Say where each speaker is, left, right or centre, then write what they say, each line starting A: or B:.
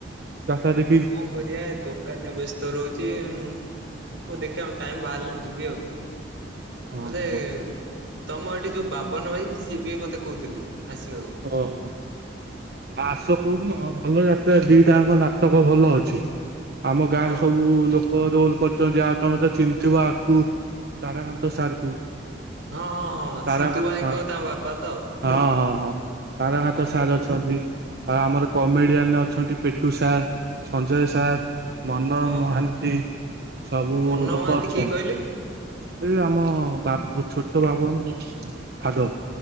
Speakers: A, on the right; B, on the right.
A: ଯାତ୍ରା ଦେ
B: କଣ କରିବା ଦୋକାନରେ ବ୍ୟସ୍ତ ରହୁଚି ଆଉ। ହଉ ଦେଖିବା ଆଉ ଟାଇମ୍ ବାହାରିଲେ ଯିବି ଆଉ।
A: ଓହୋ
B: ମୋତେ ତୋମ ଏଠି ଯୋଉ ବାବନ ଭାଇ ସିଏ ବି ମୋତେ କହୁଥିଲେ ଆସିବାକୁ।
A: ଓ ହଁ। ଆସ କୋଉ ଦିନ ଭଲ ଯାତ୍ରା ଦିଟା ଯାଙ୍କ ନାଟକ ଭଲ ଅଛି। ଆମ ଗାଁରେ
B: ହଁ
A: ସବୁ ଲୋ କ ରୋଲ୍ କରିଚନ୍ତି, ଆଉ ତୋମେ ତ ଚିନ୍ ଥିବ ଆକୁ ତାରାକାନ୍ତ ସାର୍ କୁ।
B: ହଁ, ହଁ, ହଁ
A: ତାରାକାନ୍ତ
B: ସିତୁ ଭାଇଙ୍କ
A: ହଁ
B: ତାଙ୍କ ବାପା ତ?
A: ହଁ ହଁ ହଁ ତାରାକାନ୍ତ
B: ହଁ
A: ସାର୍
B: ଚିହ୍ନିଛି।
A: ଅଛନ୍ତି। ଆଉ ଆମର କମେଡ଼ିଆନ୍ ଅଛନ୍ତି ପେଟୁ ସାର୍ ସଞ୍ଜୟ ସାର୍ ମନ
B: ହଁ
A: ମହାନ୍ତି ସବୁ
B: ମନ
A: ଲୋକ
B: ମହାନ୍ତି
A: ଅଛନ୍ତି।
B: କିଏ କହିଲେ?
A: ଏଇ ଆମ ବାବ ଛୋଟ ବାବୁ ଫାଦର।